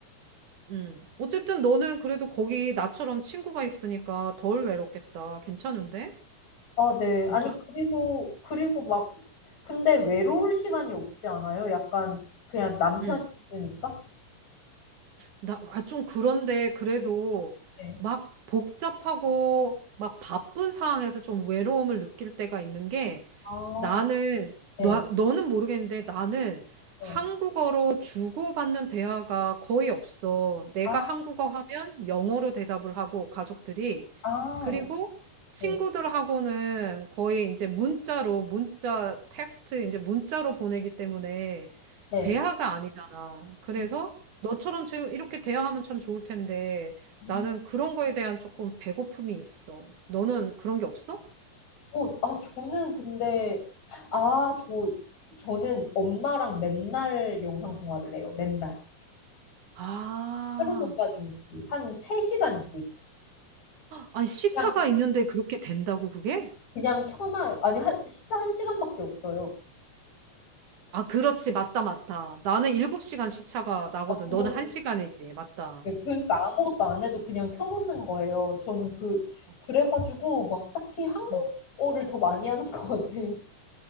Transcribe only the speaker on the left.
아, 네. 네.
아니, 그리고, 그리고 막, 근데 외로울 시간이 없지 않아요? 약간, 그냥 남편이
있으니까?
네.
아,
네.
네.
아,
아,
네.
네.
음,
음.
어, 아, 저는 근데, 아, 저, 저는 엄마랑 맨날 영상 통화를 해요. 맨날.
하루도 빠짐없이. 한 3시간씩.
그냥,
그냥 켜놔요. 아니, 한, 진짜 한시간밖에 없어요.
아, 그러
네, 그러니까 아무것도 안 해도 그냥 켜놓는 거예요. 저는 그,
그래가지고 막 딱히 한국어를
더 많이 하는 것 같아요.